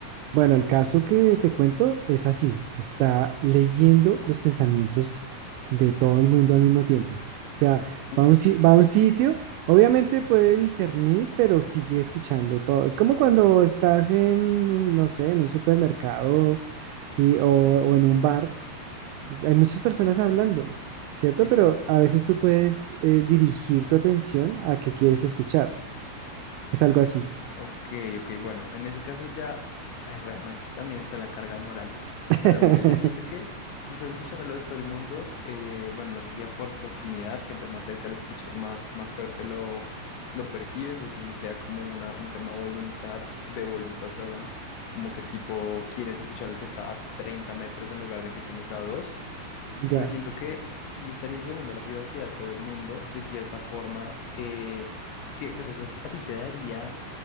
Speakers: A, on the right; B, on the left.
A: Bueno, el caso que te cuento es así, está leyendo los pensamientos de todo el mundo al mismo tiempo. O sea,
B: Uf,
A: va a un, si- va a un sitio, obviamente puede discernir, pero sigue escuchando todo. Es como cuando estás en, no sé, en un supermercado y, o, o en un bar, hay muchas personas hablando, ¿cierto?
B: sí,
A: Pero
B: claro.
A: a veces tú puedes eh, dirigir tu atención a qué quieres escuchar. Es algo así.
B: Ok, ok, bueno, en ese caso ya, ay, bueno, es que también está la carga moral.
A: <laughs>
B: O sea, mira, yo siento que si estás escuchándolo de todo el mundo, eh, bueno, no sé si sea por proximidad, que entre más cerca lo escuchas, más, más fuerte lo, lo percibes, o si sea como una, un tema voluntad, de voluntad, perdón, como que tipo quieres escuchar al que está a 30 metros en lugar del que tienes a dos,
A: Ya,
B: pero siento que sí estarías violando la privacidad de todo el mundo, de cierta forma, eh, que pues eso a ti te daría